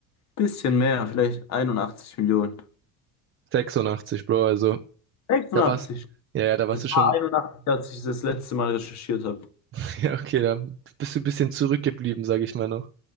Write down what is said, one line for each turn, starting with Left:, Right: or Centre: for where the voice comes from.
Left: bisschen mehr, vielleicht 81 Millionen.
Right: 86, Bro, also
Left: 86.
Right: da war's. Ja, ja, da warst
Left: Es
Right: du schon.
Left: war 81, als ich das letzte Mal recherchiert habe.
Right: <laughs> Ja, okay, da bist du ein bisschen zurückgeblieben, sag ich mal noch.